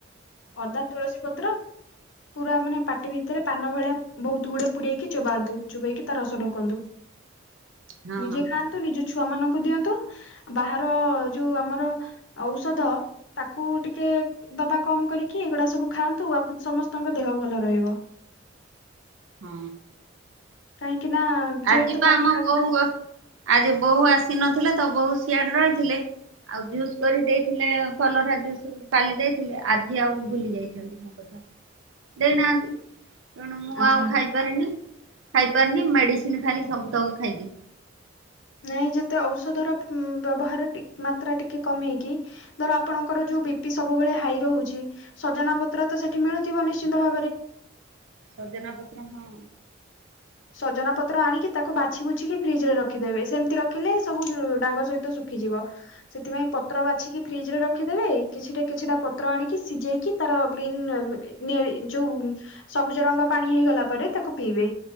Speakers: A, on the left; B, on the right.
A: ଅଦା ତୁଳସୀ ପତ୍ର। ପୁରା ମାନେ, ପାଟି ଭିତରେ ପାନ ଭଳିଆ ବହୁତ ଗୁଡେ ପୁରେଇକି ଚୋବାନ୍ତୁ, ଚୋବେଇକି ତା ରସ ଢ଼ୋକନ୍ତୁ।
B: ହଁ
A: ନିଜେ ଖାଆନ୍ତୁ ନିଜ ଛୁଆ ମାନଙ୍କୁ ଦିଅନ୍ତୁ ବାହାର ଯୋଉ ଆମର ଔଷଧ ତାକୁ ଟିକେ ଦବା କମ କରିକି ଏଗୁଡା ସବୁ ଖାଆନ୍ତୁ, ଆପ ସମସ୍ତଙ୍କ ଦେହ ଭଲ ରହିବ।
B: ହଁ।
A: କାହିଁକି ନା ଯେହେତୁ
B: ଆଜି ପା
A: ପାଣି
B: ଆମ
A: ପାଗ
B: ବୋଉ ଆଜି ବୋଉ ଆସି ନଥିଲେ ତ ବୋଉ ସିଆଡେ ରହିଥିଲେ। ଆଉ ଜୁସ୍ କରି ଦେଇଥିଲେ କଲରା ଜୁସ୍ କାଲି ଦେଇଥିଲେ ଆଜି ଆଉ ଭୁଲି ଯାଇଛନ୍ତି ମୋ କଥା ଦେଇ ନାହାନ୍ତି। ତେଣୁ ମୁଁ
A: ଆଚ୍ଛା
B: ଆଉ ଖାଇପାରିନି, ଖାଇପାରିନି ମେଡିସିନ ଖାଲି ସବୁ ତକ ଖାଇଦେଇଛି।
A: ନାଇଁ ଯେତେ ଔଷଧ ର ଉଁ ବ୍ୟବହାର ଟି ମାତ୍ରା ଟିକେ କମେଇକି ଧର ଆପଣଙ୍କର ଯଉ ବି ପି ସବୁବେଳେ ହାଇ ରହୁଚି ସଜନା ପତ୍ର ତ ସେଠି ମିଳୁଥିବ ନିଶ୍ଚିନ୍ତ ଭାବରେ।
B: ସଜନା ପତ୍ର ହଁ।
A: ସଜନା ପତ୍ର ଆଣକି ତାକୁ ବାଛି ବୁଛିି କି ଫ୍ରିଜରେ ରଖିଦେବେ, ସେମିତି ରଖିଲେ ସବୁ ଡାଙ୍ଗ ସହିତ ଶୁଖିଯିବ ସେଥିପାଇଁ। ପତ୍ର ବାଛିକି ଫ୍ରିଜରେ ରଖିଦେବେ, କିଛିଟା କିଛିଟା ପତ୍ର ଆଣିକି ସିଝେଇକି ତାର ଗ୍ରୀନ୍ ଉଁ ନେ ଯୋଉ ସବୁଜ ରଙ୍ଗ ପାଣି ହେଇଗଲା, ପରେ ତାକୁ ପିଇବେ।